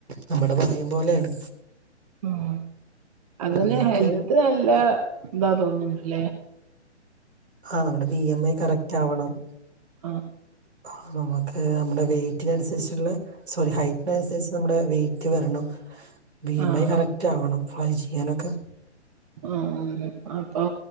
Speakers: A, on the right; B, on the right.
A: നമ്മടെ ഭാഗ്യം പോലെയാണ്.
B: ഉം അത്ന്
A: നമുക്ക്
B: ഹെൽത് നല്ല ഇതാ തോന്ന്ണ്ട്ല്ലേ
A: ആഹ് നമ്മുടെ വി എം ഐ കറക്റ്റ് ആവണം
B: ആഹ്
A: ആഹ് നമുക്ക് നമ്മുടെ വെയ്റ്റിനൻസരിച്ച്ള്ളെ സോറി ഹൈറ്റിനനുസരിച്ച് നമ്മുടെ വെയ് റ്റ് വരണം വി എം
B: ആഹ്
A: ഐ കറക്റ്റ് ആവണം ഫ്ലൈ ചെയ്യാനൊക്കെ
B: ആഹ് അപ്പൊ